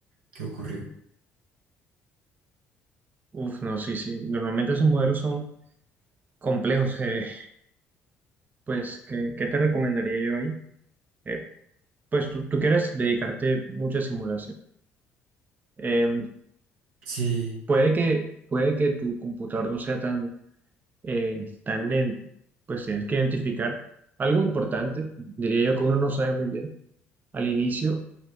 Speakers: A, on the right; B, on the right.
A: qué ocurrió?
B: Uf, no, sí, sí. Normalmente esos modelos son complejos. eh, pues, ¿qué, qué te recomendaría yo ahí? Eh, pues tú, tú quieres dedicarte mucha simulación. Eh,
A: Sí,
B: puede que, puede que tu computador no sea tan, eh, tan lento. Pues tienes que identificar algo importante, diría yo que uno no sabe muy bien. Al inicio,